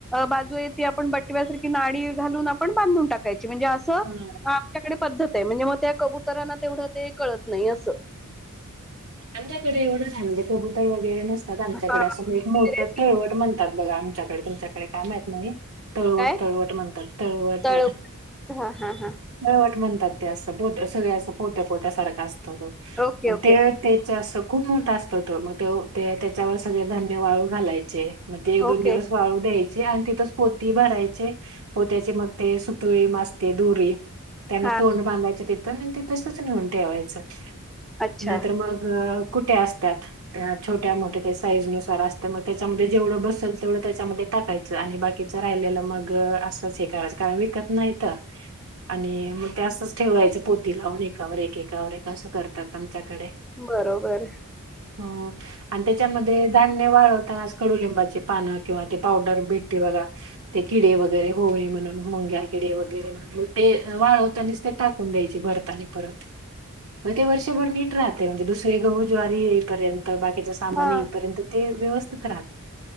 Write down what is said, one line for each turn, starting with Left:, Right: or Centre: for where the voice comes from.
Centre: बाजू. ती आपण बटव्यासारखी नाडी घालून आपण बांधून टाकायची म्हणजे असं अ.
Right: हा.
Centre: आमच्या कडे पद्धत आहे म्हणजे मग त्या कबुतरांना तेवढं ते कळत नाही असं.
Right: आमच्याकडे एवढं नाही म्हणजे कबुतर वगैरे नसत. आमच्याकडे
Centre: हां,
Right: असं एक मोठं
Centre: ड्रेस
Right: तळवट म्हणतात बघा आमच्याकडे तुमच्याकडे काय माहीत नाही. तळवट
Centre: काय
Right: तळवट म्हणतात तळवट.
Centre: तळ हा हा हा.
Right: तळवट म्हणतात ते असं पो सगळ असं पोत्या पोत्या सारखा असतं तो
Centre: ओके ओके
Right: ते. ते त्याच अस खूप मोठा असतो त मग ते त्याच्यावर सगळे धान्य वाळू घालायचे. चे मग ते एक दोन
Centre: ओके
Right: दिवस वाळू द्यायचे. ते आणि तिथच पोती भरायचे पोत्याचे मग ते सुतुळी मास्ते दुरी. त्यांना
Centre: हा
Right: तोंड बांधायच तिथं आणि ति तसच नेऊन ठेवायचं.
Centre: अच्छा
Right: नाहीतर मग कुठे असतात त्या छोट्या मोठ्या त्या साईज नुसार असतात. तर मग त्याच्यामध्ये जेवढं बसेल तेवढं त्याच्यामध्ये टाकायचं आणि बाकीचं राहिलेलं मग असंच हे करायचं कारण. कत नाहीत. आणि मग ते असंच ठेवायचं पोती लाऊन एकावर एक एकावर एक असं करतात आमच्यात. कडे
Centre: बरोबर
Right: हम आणि त्याच्यामध्ये. धान्य वाळवताना आज कडुलिंबाची पानं किंवा ते पावडर भेटती बघा. ते किडे वगैरे होईल म्हणून मुंग्या किडे वगैरे म्हण. हो ते वाळवता आणिच ते टाकून द्यायची भरताने परत. मग ते वर्षभर नीट राहते म्हणजे दुसरे गहू ज्वारी येईपर्यंत बाकीच्या सामान
Centre: हा
Right: येईपर्यंत. ते व्यवस्थित राहत.